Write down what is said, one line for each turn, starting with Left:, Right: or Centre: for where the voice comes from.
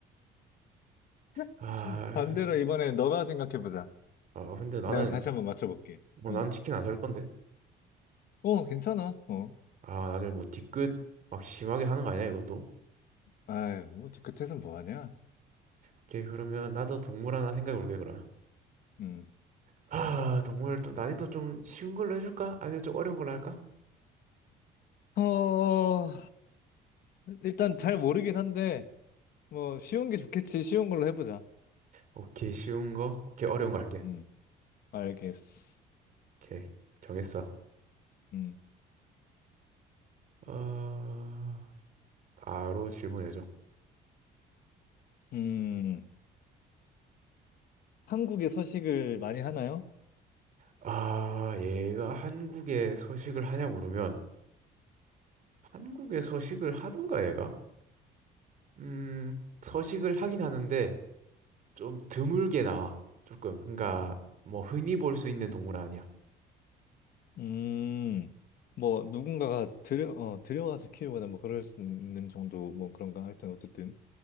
Left: <laughs>
Right: 아,
Left: 반대로 이번에 너가 생각해보자.
Right: 아, 근데 나는,
Left: 내가 다시 한번 맞춰볼게.
Right: 뭐,
Left: 음,
Right: 난 치킨 안 살 건데.
Left: 어, 괜찮아. 어.
Right: 아, 다들 뭐 뒤끝 막 심하게 하는 거 아니야, 이것도?
Left: 아이, 뭐, 뒤끝에선 뭐 하냐?
Right: 오케이, 그러면 나도 동물 하나 생각해 볼게, 그러면.
Left: 음.
Right: 아, 동물 좀 난이도 좀 쉬운 걸로 해줄까? 아니면 좀 어려운 걸로 할까?
Left: 어, 일단 잘 모르긴 한데, 뭐, 쉬운 게 좋겠지. 쉬운 걸로 해보자.
Right: 오케이, 쉬운 거. 오케이, 어려운 거 할게.
Left: 음. 알겠어.
Right: 오케이, 정했어.
Left: 음.
Right: 어, 바로 질문해줘.
Left: 음, 한국에 서식을 많이 하나요?
Right: 아, 얘가 한국에 서식을 하냐 물으면 한국에 서식을 하던가 얘가? 음, 서식을 하긴 하는데 좀 드물게 나와. 조금. 그러니까 뭐 흔히 볼 수 있는 동물은 아니야.
Left: 음, 뭐, 누군가가 들여, 어, 들여와서 키우거나 뭐, 그럴 수 있는 정도, 뭐, 그런가? 하여튼, 어쨌든.